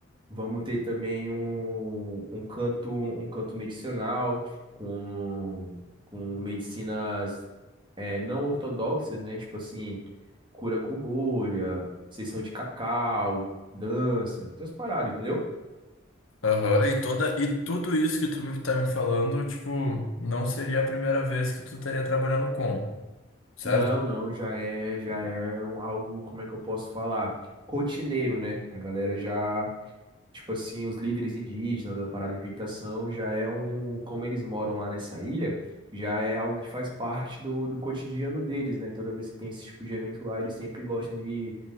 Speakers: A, on the right (about 25°); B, on the left (about 85°).
A: Vamos ter também um, um canto, um canto medicinal com, com medicinas é, não ortodoxas, né? Tipo assim, cura com bolha, sessão de cacau, dança, essas paradas, entendeu?
B: aham. E toda, e tudo isso que tu me, tá me falando, tipo, não seria a primeira vez que tu estaria trabalhando com, certo?
A: Não, não, já é, já é um- algo, como é que eu posso falar? Rotineiro, né? A galera já, tipo assim, os líderes indígenas da parada de meditação já é um, como eles moram lá nessa ilha, já é algo que faz parte do, do cotidiano deles, né? Toda vez que tem esse tipo de evento lá, eles sempre gostam de